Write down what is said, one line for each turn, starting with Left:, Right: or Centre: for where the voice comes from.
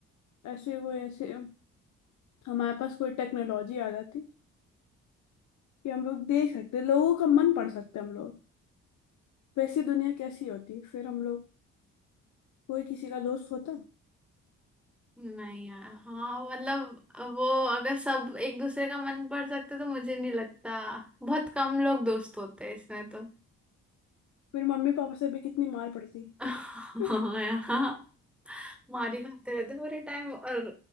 Left: ऐसे कोई ऐसे हमारे पास कोई टेक्नोलॉजी आ जाती कि हम लोग देख सकते लोगों का मन पढ़ सकते हम लोग वैसी दुनिया कैसी होती फिर हम लोग कोई किसी का दोस्त होता
Centre: नहीं यार हाँ मतलब वो अगर सब एक दूसरे का मन पढ़ सकते तो मुझे नहीं लगता बहुत कम लोग दोस्त होते हैं इसमें तो
Left: फिर मम्मी पापा से भी कितनी मार पड़ती
Centre: <laughs> हाँ
Left: <laughs>
Centre: यार मार ही खाते रहते हैं पूरे टाइम और